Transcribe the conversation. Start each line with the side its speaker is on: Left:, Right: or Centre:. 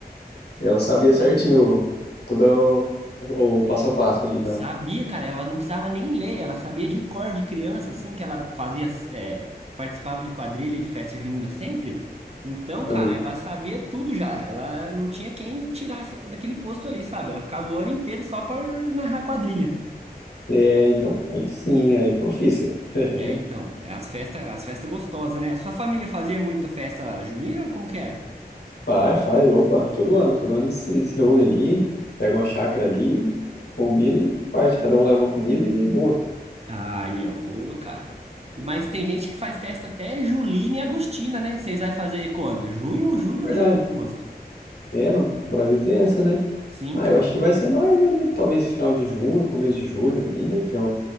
Left: e ela sabia certinho todo o, o passo a passo ali da.
Right: Sabia, cara, ela não precisava nem ler, ela sabia de cor de criança, assim, que ela fazia, é, participava de quadrilha, de festa junina sempre. Então,
Left: Aí.
Right: cara, ela sabia tudo já. Ela não tinha quem tirasse ela daquele posto ali, sabe? Ela ficava o ano inteiro só por narrar quadrilha.
Left: É, então, aí sim, aí é profissa. <laughs>
Right: É, então, é as festas, as festas gostosas, né? A sua família fazia muita festa junina? Como que era?
Left: Faz, faz. Opa, todo ano. Todo ano eles se se reúnem ali, pegam uma chácara ali, combinam e parte. Cada um leva uma comida e boa.
Right: Aí, ó, boa, cara. E- Mas tem gente que faz festa até Julina e Agostina, né? Vocês vai fazer quando? Junho, julho
Left: Verdade.
Right: ou julho, agosto?
Left: É, no Brasil tem essa, né?
Right: Sim,
Left: Ah,
Right: cara.
Left: eu acho que vai ser mais ali, talvez final de junho, começo de julho ali, né? Que é o